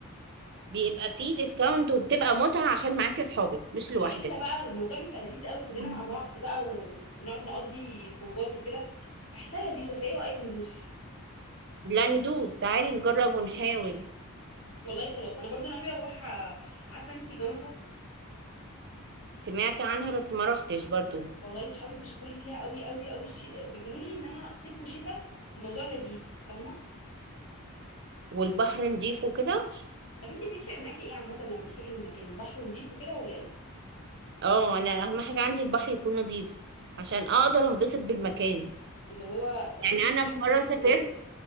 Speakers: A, on the right; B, on the left.
A: بيبقى فيه ديسكاونت وبتبقى متعة عشان معاكي صحابك مش لوحدك
B: العيله بقى الموضوع بيبقى لذيذ قوي كلنا
A: مم.
B: مع بعض بقى ونقعد نقضي خروجات وكده بحسها لذيذه فايه رايك ندوس
A: لا ندوس تعالي نجرب ونحاول
B: والله خلاص انا برضه ناويه اروح آه، عارفه انتي جمصه
A: سمعت عنها بس ما روحتش برضو
B: والله صحابي بيشكوا لي فيها قوي قوي قوي شي... بيقولوا لي انها صيف وشتاء الموضوع لذيذ فاهمه
A: والبحر نضيف وكده
B: طب انت بيفرق معاكي ايه عامه لما بتروحي المكان بحر نضيف وكده ولا ايه
A: اه انا اهم حاجة عندي البحر يكون نضيف عشان اقدر انبسط بالمكان
B: اللي هو اهم
A: يعني
B: حاجه
A: انا
B: عندك
A: في مرة
B: المنظر
A: سافرت
B: يعني